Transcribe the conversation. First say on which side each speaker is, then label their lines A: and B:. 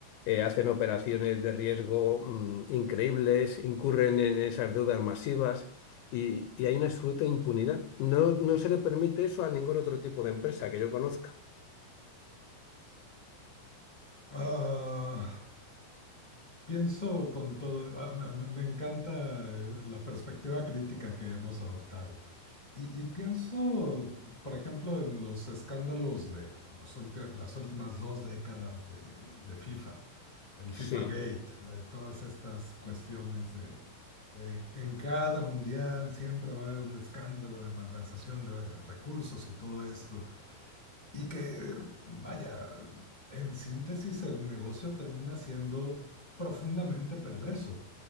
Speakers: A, on the left; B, on the left.
A: eh, hacen operaciones de riesgo mm, increíbles, incurren en esas deudas masivas y, y hay una absoluta impunidad. No, no se le permite eso a ningún otro tipo de empresa que yo conozca.
B: Ah, Pienso con todo, ah, me, me me encanta eh, la perspectiva crítica que hemos adoptado. Y, y pienso, por ejemplo, en los escándalos de los ulti- las últimas dos décadas de, de FIFA, el
A: Sí,
B: FIFA Gate, eh, todas estas cuestiones de eh, en cada mundial siempre va a haber un escándalo de malversación de recursos y todo esto. Y que, eh, vaya, en síntesis el negocio termina siendo profundamente perverso.